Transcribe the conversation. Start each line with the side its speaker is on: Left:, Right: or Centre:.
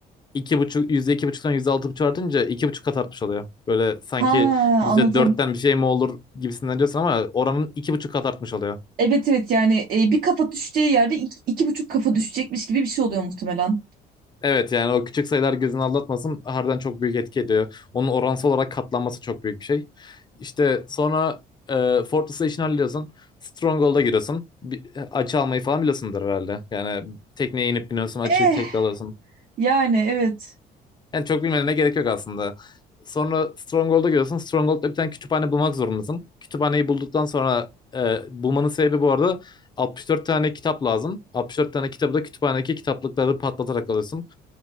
Left: iki buçuk yüzde iki buçuktan yüzde altı buçuk artınca iki buçuk kat artmış oluyor. Böyle sanki
Right: Ha
Left: yüzde
Right: anladım.
Left: dörtten bir şey mi olur gibisinden diyorsun ama oranın iki buçuk kat artmış oluyor.
Right: Evet evet yani e, bir kafa düşeceği yerde iki, iki buçuk kafa düşecekmiş gibi bir şey oluyor muhtemelen.
Left: Evet yani o küçük sayılar gözünü aldatmasın harbiden çok büyük etki ediyor. Onun oransal olarak katlanması çok büyük bir şey. İşte sonra e, Fortress'ı işini hallediyorsun. Stronghold'a giriyorsun. Bir, e, açı almayı falan biliyorsundur herhalde. Yani tekneye inip biniyorsun açıyı
Right: Eh
Left: tek de alıyorsun.
Right: yani evet.
Left: Yani çok bilmene gerek yok aslında. Sonra Stronghold'a gidiyorsun. Stronghold'da bir tane kütüphane bulmak zorundasın. Kütüphaneyi bulduktan sonra e, bulmanın sebebi bu arada 64 tane kitap lazım. 64 tane kitabı da kütüphanedeki kitaplıkları patlatarak alıyorsun.